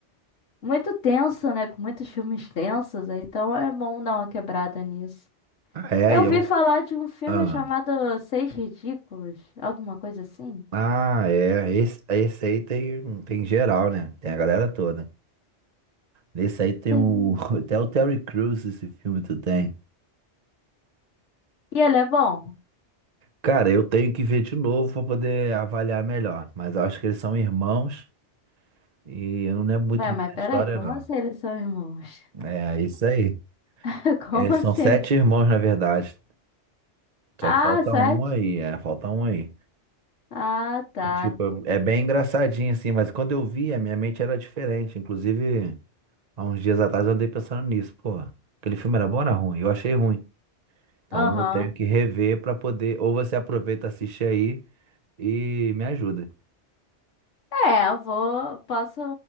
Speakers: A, on the left (about 80°); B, on the right (about 40°).
A: muito tenso, né? Com muitos filmes tensos, aí então é bom dar uma quebrada nisso.
B: Ah, é,
A: Eu
B: e eu.
A: vi falar de um filme
B: Ah,
A: chamado Seis Ridículos, alguma coisa assim.
B: ah é. Esse, esse aí tem, tem geral, né? Tem a galera toda. Nesse aí tem
A: Sim.
B: o. <laughs> Até o Terry Crews, esse filme tu tem.
A: E ele é bom?
B: Cara, eu tenho que ver de novo pra poder avaliar melhor. Mas eu acho que eles são irmãos e eu não lembro muito
A: Ué,
B: bem
A: mas
B: da
A: peraí,
B: história,
A: como
B: não.
A: assim eles são irmãos?
B: É, é isso aí.
A: <laughs> Como
B: Eles
A: assim?
B: são sete
A: ele-
B: irmãos, na verdade. Só
A: Ah,
B: que falta
A: sete?
B: um aí, é, falta um aí.
A: Ah, tá.
B: E, tipo, é bem engraçadinho assim, mas quando eu vi, a minha mente era diferente. Inclusive, há uns dias atrás eu andei pensando nisso, pô, aquele filme era bom ou era ruim? Eu achei ruim. Então
A: Aham.
B: eu tenho que rever pra poder. Ou você aproveita, assiste aí e me ajuda.
A: É, eu vou. Posso,